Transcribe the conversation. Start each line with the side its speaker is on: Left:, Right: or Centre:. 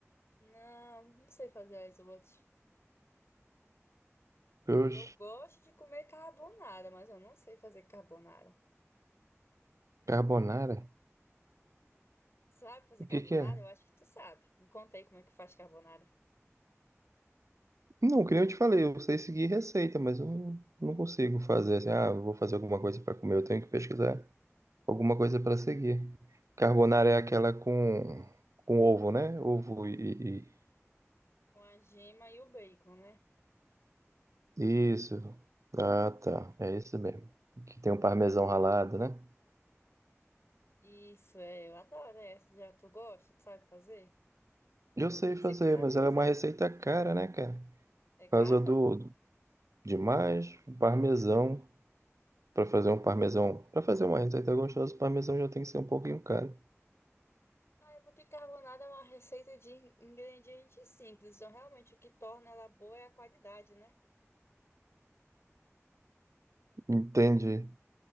Left: Não, não sei fazer as outras.
Right: os
Left: Eu gosto de comer carbonara, mas eu não sei fazer carbonara.
Right: carbonara?
Left: Sabe fazer
Right: O
Left: carbonara?
Right: que que é?
Left: Eu acho que tu sabe. Me conta aí como é que faz carbonara.
Right: Não, que nem eu te falei, eu sei seguir receita, mas eu não, não consigo fazer assim, ah, eu vou fazer alguma coisa para comer, eu tenho que pesquisar alguma coisa para seguir. Carbonara é aquela com, com ovo, né? Ovo e,
Left: Com a gema e o bacon, né?
Right: Isso. Ah, tá. É isso mesmo. Que tem um parmesão ralado, né?
Left: Isso, é, eu adoro essa. Já tu gosta? Tu sabe fazer?
Right: Eu
Left: Ouvi
Right: sei
Left: dizer
Right: fazer,
Left: que sabe
Right: mas
Left: fazer.
Right: ela é uma receita cara, né, cara?
Left: É cara?
Right: Por causa do, do demais, o parmesão. Pra fazer um parmesão, Pra fazer uma receita gostosa, o parmesão já tem que ser um pouquinho caro.
Left: Ah, é porque carbonada é uma receita de in- ingredientes simples, então realmente o que torna ela boa é a qualidade, né?
Right: Entendi.